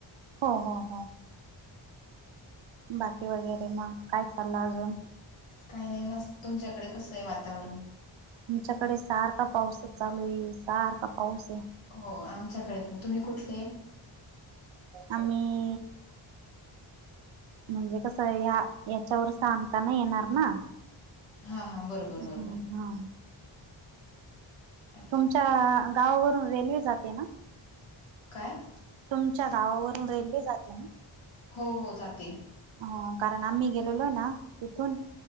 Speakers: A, on the right; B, on the left.
A: हो हो हो. बाकी वगैरे मग काय चाललं अजून.
B: काही नाही मस्त तुमच्याकडे कसं आहे वातावरण.
A: आमच्याकडे सारखा पाऊसच चालू आहे सारखा पाऊस आहे.
B: हो आमच्याकडे पण तुम्ही कुठले?
A: आम्ही म्हणजे कसं हाय ह्या हेच्यावर सांगताना येणार ना.
B: हा हा बरोबर
A: हम्म
B: बरोबर.
A: हा.
B: अच्छा
A: तुमच्या गावावरून रेल्वे जाते ना.
B: काय?
A: तुमच्या गावावरून रेल्वे जाते ना.
B: हो हो जाते.
A: हो कारण आम्ही गेलेलो आहे ना तिथून.